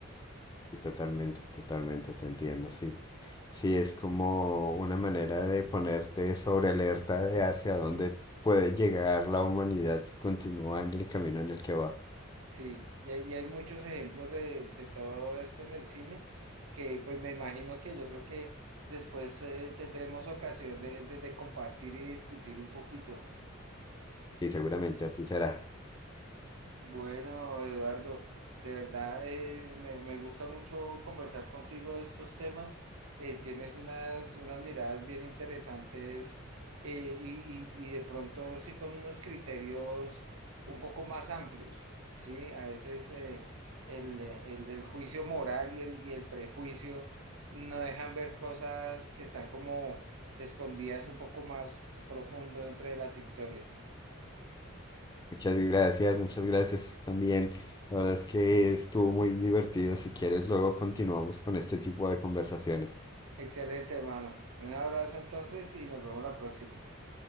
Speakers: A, on the left (about 20°); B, on the right (about 90°).
A: Y totalmente, totalmente, te entiendo, sí. Sí, es como una manera de ponerte sobre alerta de hacia dónde puede llegar la humanidad si continúa en el camino en el que va.
B: Sí, y hay, y hay muchos ejemplos de, de todo esto en el cine, que pues me imagino que yo creo que después eh, tendremos ocasión de, de de compartir y discutir un poquito.
A: Y seguramente así será.
B: Bueno, Eduardo, de verdad eh, me, me gusta mucho conversar contigo de estos temas. Eh, tienes unas, unas miradas bien interesantes eh, y, y- y de pronto sí con unos criterios un poco más amplios, ¿sí? A veces eh, el, el- el juicio moral y el, y el prejuicio no dejan ver cosas que están como escondidas un poco más profundo entre las historias.
A: Muchas gracias, muchas gracias tú también. La verdad es que estuvo muy divertido. Si quieres, luego continuamos con este tipo de conversaciones.
B: Excelente, hermano. Un abrazo entonces y nos vemos la próxima.